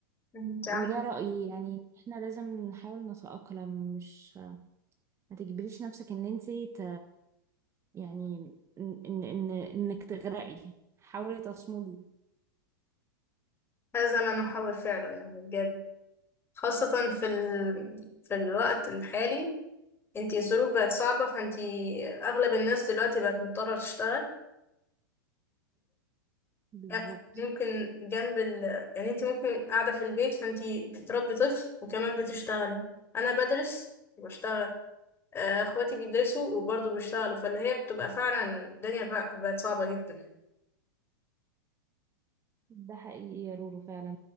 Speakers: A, on the left; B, on the right.
A: انت عاملة
B: وده رأيي يعني احنا لازم نحاول نتأقلم مش ما تجبريش نفسك ان انتي ت... يعني ان ان إن- انك تغرقي حاولي تصمدي
A: هذا ما نحاول فعله يعني بجد خاصة في ال... في الوقت الحالي انتي الظروف بقت صعبة فانتي أغلب الناس دلوقتي بقت مضطرة تشتغل
B: بالظبط
A: لا ممكن جنب ال يعني انت ممكن قاعدة في البيت فانت بتربي طفل وكمان بتشتغلي انا بدرس وبشتغل آه، اخواتي بيدرسوا وبرضه بيشتغلوا فاللي هي بتبقى فعلا الدنيا بق- بقت صعبة جدا
B: ده حقيقي يا رورو فعلا